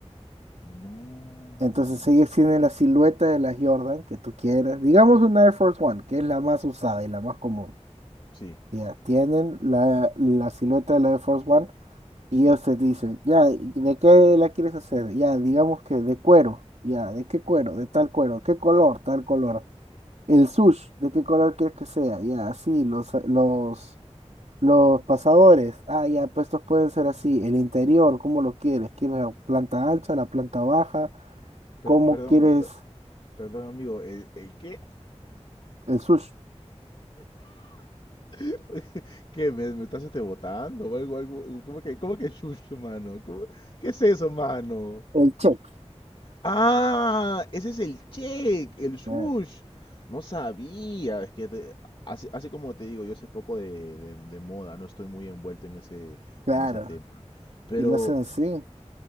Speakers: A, on the left (about 45°); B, on the right (about 75°).
A: No.
B: Entonces ellos tienen la silueta de la Jordan que tú quieras. Digamos una Air Force One, que es la más usada y la más común.
A: Sí,
B: Ya, tienen la, la silueta de la Air Force One y
A: sí.
B: ellos te dicen, ya, ¿de qué la quieres hacer? Ya, digamos que de cuero. Ya, ¿de qué cuero? De tal cuero. ¿Qué color? Tal color. El sush, ¿de qué color quieres que sea? Ya, así, los, los, los pasadores. Ah, ya, pues estos pueden ser así. El interior, ¿cómo lo quieres? ¿Quieres la planta alta, la planta baja?
A: Per-
B: ¿Cómo
A: perdón,
B: quieres?
A: per- perdón, amigo, ¿el, el qué?
B: El sushi,
A: <laughs> ¿Qué me, me estás este botando o algo, algo? ¿Cómo que, cómo que chucho, mano? ¿Cómo- ¿Qué es eso, mano?
B: el check,
A: Ah, ese es el check, el sush.
B: claro.
A: No sabía, es que te- así, así como te digo, yo sé poco de, de- de moda, no estoy muy envuelto en ese,
B: claro,
A: en ese tema. Pero,
B: Y lo hacen así.